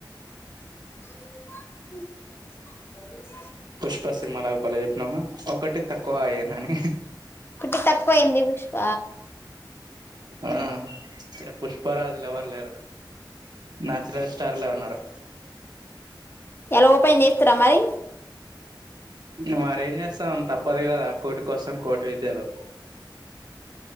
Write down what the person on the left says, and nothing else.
<inaudible>
ఒకటి తక్కువయింది పుష్ప
ఎలా ఉపాయం చేస్తిరా మరి